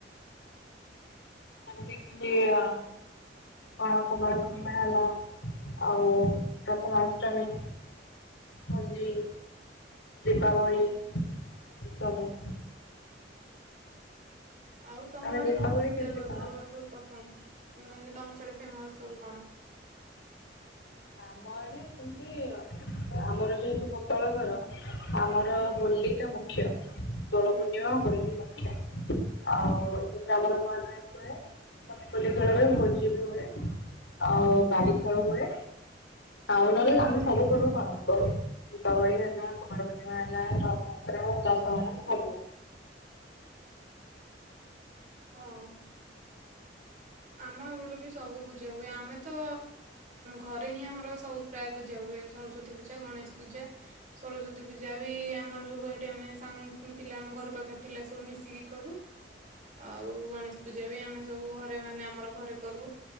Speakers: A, on the left (about 80°); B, on the right (about 45°).
A: ଏମିତି କି ଆ ଅଁ କୁମାର ପୂର୍ଣମୀ ପୁର୍ଣିମା ହେଲା। ଆଉ ପ୍ରଥମାଷ୍ଟମୀ, ହୋଲି ଦୀପାବଳି
B: ହୁଁ
A: ଏସବୁ।
B: ଆଉ ତମ
A: ତମେ
B: ଆଡେ
A: ଦୀପାବଳି
B: କଣ ପୂଜା
A: କେମିତି
B: ପର୍ବ
A: କଣ
B: ସବୁ ପସନ୍ଦ, ମାନେ ତମର ସିଆଡେ ଫେମସ ସବୁ କଣ?
A: ଆମ ଆଡେ ସେମିତି ଆମର ଯେହେତୁ ଗୋପାଳ ଘର ଆମର
B: ହୁଁ
A: ହୋଲି ଟା ମୁଖ୍ୟ। ଦୋଳ
B: ହୁଁ
A: ପୂର୍ଣ୍ଣିମା ହୋଲି ମୁଖ୍ୟ ଆଉ ସେଥିରେ ଆମର ନୂଆ ଡ୍ରେସ୍ ହୁଏ। <unintelligible> ଖେଳ ହୁଏ ଭୋଜି ବି ହୁଏ। ଆଉ ବାଡି ଖେଳ ହୁଏ। ଆଉ ନହେଲେ ଆମେ ସବୁ ପର୍ବ ପାଳନ କରୁ। ଦୀପାବଳି ହେଲା କୁମାର ପୂର୍ଣ୍ଣିମା ହେଲା ରଥଯାତ୍ରା ଦଶହରା ସବୁ।
B: ହଁ। ଆମ ଏପଟୁ ବି ସବୁ ପୂଜା ହୁଏ। ଆମେ ତ ଘରେ ହିଁ ଆମର ସବୁ ପ୍ରାୟ ପୂଜା ହୁଏ। ସରସ୍ଵତୀ ପୂଜା, ଗଣେଶ ପୂଜା ସରସ୍ଵତୀ ପୂଜା ବି ଆମର ସବୁ ଏଠି ଆମେ ସାଙ୍ଗ ପିଲା ଆମ ଘର ପାଖ ପିଲା ସବୁ ମିଶିକି କରୁ। ଆଉ ଗଣେଶ ପୂଜା ବି ଆମେ ସବୁ ଘର ମାନେ ଆମର ଘରେ କରୁ।